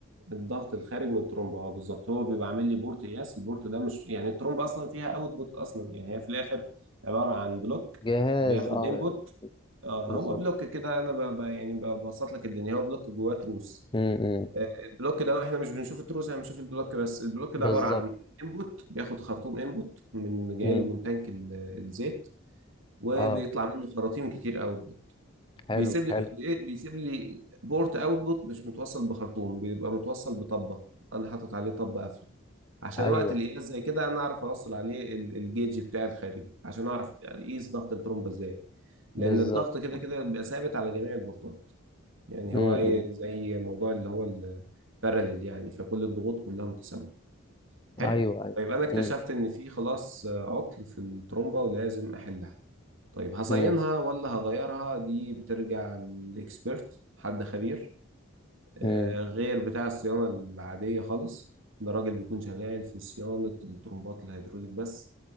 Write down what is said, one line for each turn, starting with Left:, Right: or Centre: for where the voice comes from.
Right: الضغط الخارج من الترومبه اه بالظبط هو بيبقى عامل لي بورت قياس البورت ده مش يعني الترومبه اصلا فيها اوتبوت اصلا يعني هي في الاخر عباره عن بلوك
Left: جهاز
Right: بياخد
Left: اه
Right: انبوت آه
Left: بالظبط
Right: هو بلوك كده انا ب... ب... يعني ببسط لك الدنيا هو بلوك جواه تروس
Left: امم
Right: آه، البلوك ده احنا مش بنشوف التروس احنا بنشوف البلوك بس البلوك
Left: بالظبط
Right: ده عباره عن انبوت بياخد خرطوم انبوت من جاي
Left: امم
Right: له من تانك ال- الزيت وبيطلع
Left: اه
Right: منه خراطيم كتير قوي
Left: حلو
Right: بيسيب لي
Left: حلو
Right: بي- بيسيب لي بورت اوتبوت مش متوصل بخرطوم بيبقى متوصل بطبه انا حاطط عليه طب قافله عشان
Left: ايوه
Right: وقت القياس زي كده انا اعرف اوصل عليه ال- الجيج بتاعي الخارجي عشان اعرف اقيس ضغط الترومبه ازاي لان
Left: بالظبط
Right: الضغط كده كده بيبقى ثابت على جميع البورتات يعني
Left: امم
Right: هو ايه زي موضوع اللي هو الباراليل يعني فكل الضغوط كلها متساويه حلو
Left: ايوه ايوه
Right: فيبقى انا اكتشفت
Left: امم
Right: ان في خلاص آه، عطل في الترومبه ولازم احلها طيب هصينها
Left: امم
Right: ولا هغيرها دي بترجع للاكسبيرت حد خبير آه،
Left: امم
Right: غير بتاع الصيانة العادية خالص ده راجل بيكون شغال في صيانة الترمبات الهيدروليك بس